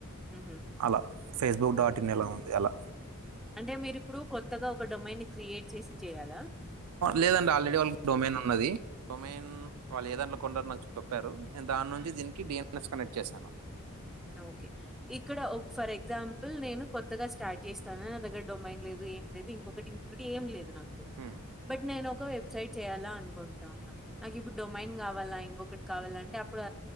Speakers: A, in the centre; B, on the right.
A: ఉహు
B: అలా ఫేస్బుక్ డాట్ ఇన్ ఎలా ఉంది అలా
A: అంటే మీరిప్పుడు కొత్తగా ఒక డొమైన్ క్రియేట్ చేసి చేయాలా.
B: లేదండి ఆల్రెడీ వాళ్ళకి డొమైన్ ఉన్నది. డొమైన్ వాళ్ళు ఏదంలో కొండరు నాకు చెప్పారు నేను దాని నుంచి దీనికి డిఎన్ఎస్ కనెక్ట్ చేశాను.
A: ఓకే ఇక్కడ ఫర్ ఎగ్జాంపుల్ నేను కొత్తగా స్టార్ట్ చేస్తాను. నా దగ్గర డొమ్మాం లేదు ఏం లేదు ఇంకొకటి ఇంకొకటి ఏం లేదు నాకు
B: హ్మ్.
A: బట్ నేను ఒక సైడ్ చేయ్యాలా అనుకుంటా ఉన్నా నాకు ఇప్పుడు డొమైన్ కావాలా ఇంకొకటి కావాలా అంటే అప్పుడు